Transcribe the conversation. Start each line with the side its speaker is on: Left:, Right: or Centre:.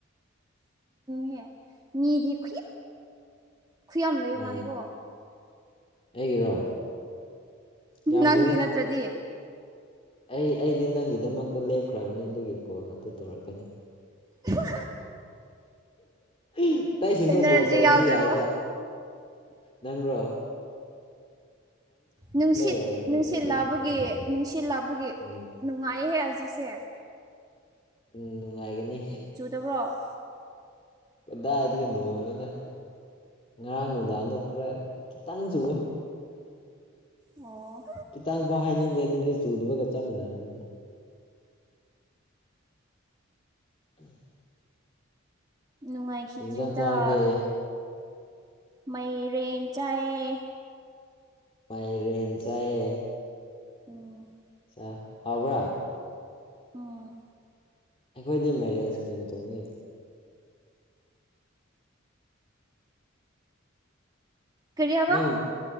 Right: ꯍꯦ ꯃꯤꯗꯤꯝ ꯈꯨꯨꯏꯌꯥꯝ ꯂꯩ
Left: ꯎꯝ
Right: ꯃꯥꯅꯦꯀꯣ
Left: ꯑꯩꯒꯤꯔꯣ ꯌꯥꯝꯗꯦꯗ
Right: ꯅꯪꯦꯅ ꯇ꯭ꯔꯗꯤ
Left: ꯑꯩ ꯑꯩꯗꯤ ꯅꯪꯒꯤꯗꯃꯛꯇ ꯂꯦꯞꯈ꯭ꯔꯕꯅꯤ ꯑꯗꯨꯒꯤ ꯀꯣꯜ ꯑꯗꯨ ꯇꯧꯔꯛꯀꯅꯤ
Right: ꯋꯥ
Left: ꯎ ꯑꯇꯩꯁꯤꯡꯗꯣ
Right: ꯑꯦꯅꯔꯖꯤ
Left: ꯀꯣꯜ ꯇꯧꯗꯤ
Right: ꯌꯥꯎꯗ꯭ꯔꯦꯕꯣ
Left: ꯌꯥꯏꯕ ꯅꯪ꯭ꯔꯣ
Right: ꯅꯨꯡꯁꯤꯠ
Left: ꯑꯣꯏꯔꯝꯅꯤ
Right: ꯅꯨꯡꯁꯤꯠ
Left: ꯑꯩꯗꯤ
Right: ꯂꯥꯛꯕꯒꯦ ꯅꯨꯡꯁꯤꯠ ꯂꯥꯛꯕꯒꯦ
Left: ꯎꯝ
Right: ꯅꯨꯡꯉꯥꯏꯍꯦ ꯍꯧꯖꯤꯛꯁꯦ
Left: ꯎꯝ ꯅꯨꯡꯉꯥꯏꯒꯅꯤ
Right: ꯇꯕ꯭ꯔꯣ
Left: ꯀꯗꯥꯏꯗꯤ ꯀꯩꯗꯧꯡꯅ ꯉꯔꯥꯡ ꯅꯨꯡꯗꯥꯡꯗꯣ ꯈꯔ ꯈꯤꯇꯪ ꯆꯨꯏ
Right: ꯑꯣ
Left: ꯉꯇꯥꯡꯐꯥꯎ ꯍꯥꯏꯅꯤꯡꯗꯦ ꯑꯗꯨꯗꯤ ꯆꯨꯗꯨꯕꯒ ꯆꯞ ꯃꯥꯟꯅꯕꯅꯤꯅ ꯎꯝ
Right: ꯅꯨꯡꯉꯥꯏꯈꯤꯗ꯭꯭ꯔꯔꯤꯒꯗ
Left: ꯏꯟꯖꯥꯡ ꯆꯥꯔꯒꯦ
Right: ꯃꯩꯔꯦꯟ ꯆꯥꯏꯌꯦ
Left: ꯃꯥꯏꯔꯦꯟꯦꯟꯁ ꯑꯦ
Right: ꯎꯝ
Left: ꯑ ꯍꯥꯎꯕ꯭ꯔꯥ
Right: ꯎꯝ
Left: ꯑꯩꯈꯣꯏꯗꯤ ꯃꯥꯏꯔꯦꯜꯁ ꯒꯦꯝ ꯇꯣꯡꯉꯤ
Right: ꯀꯔꯤ ꯍꯥꯏꯕ
Left: ꯅꯪ